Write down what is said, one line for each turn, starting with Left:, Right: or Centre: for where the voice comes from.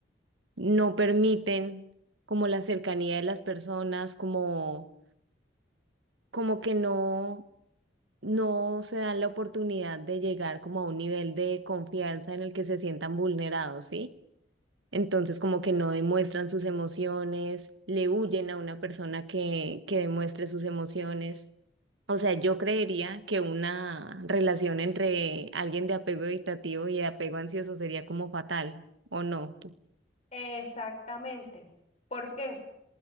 Right: no permiten como la cercanía de las personas, como, como que no, no se dan la oportunidad de llegar como a un nivel de confianza en el que se sientan vulnerados, ¿sí? Entonces, como que no demuestran sus emociones, le huyen a una persona que, que demuestre sus emociones. O sea, yo creería que una relación entre alguien de apego evitativo y de apego ansioso sería como fatal, ¿o no?
Left: Exactamente. ¿Por qué?